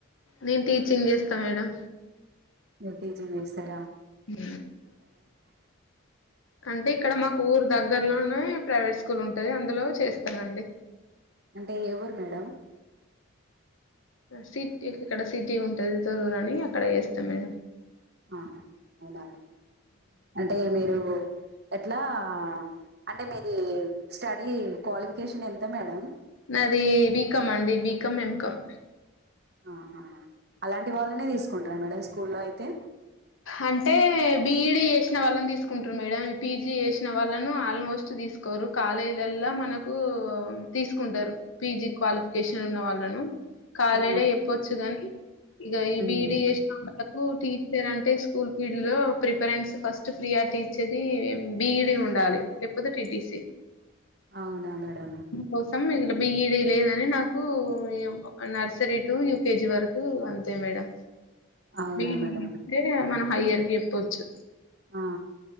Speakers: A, on the left (about 75°); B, on the right (about 50°).
A: నేన్ టీచింగ్ చేస్తా మేడం
B: మీరు టీచింగ్ చేస్తారా
A: అ
B: అ
A: అంటే ఇక్కడ మాకు ఊరు దగ్గరలోనే ప్రైవేట్ స్కూల్ ఉంటది అందులో చేస్తానండి
B: అంటే ఏ ఊరు మేడం
A: సిటీ ఇక్కడ సిటీ ఉంటంది తొర్రూరు అని అక్కడ చేస్తా మేడం
B: ఆహా అవునా అంటే మీరు ఎట్లా అంటే మీది స్టడీ క్వాలిఫికేషన్ ఎంత మేడం
A: నాదీ బీకామ్ అండి బీకామ్ ఎంకామ్
B: ఆహా అలాంటి వాళ్ళనే తీసుకుంటారా మేడం స్కూల్లో అయితే
A: అంటే బీఈడీ చేసిన వాళ్ళను తీసుకుంట్రు మేడం పీజీ చేసిన వాళ్ళను ఆల్మోస్ట్ తీసుకు తీసుకోరు కాలేజీలల్ల మనకు తీసుకుంటరు పీజి క్వాలిఫికేషన్ ఉన్న వాళ్ళను కాలేడ
B: ఆ
A: చెప్పొచ్చు గాని ఇగ
B: ఉమ్,
A: ఈ బిఈడి చేసిన వాళ్ళకు టీచర్ అం స్కూల్ ఫీల్డ్ లో ప్రిఫరెన్స్ ఫస్ట్ ఫ్రీ ఆర్టీ ఇచ్చేది బిఈడి ఉండాలి లేకపోతే టీటీసీ
B: అవునా మేడం
A: కోసం ఇలా బిఇడి లేదని నాకూ ఇగ నర్సరీ టు యూకెజి వరకు అంతే మేడం
B: అవునా
A: బీఈడి
B: మేడం
A: ఐతే హైయర్ కి చెప్పొచ్చు
B: ఆ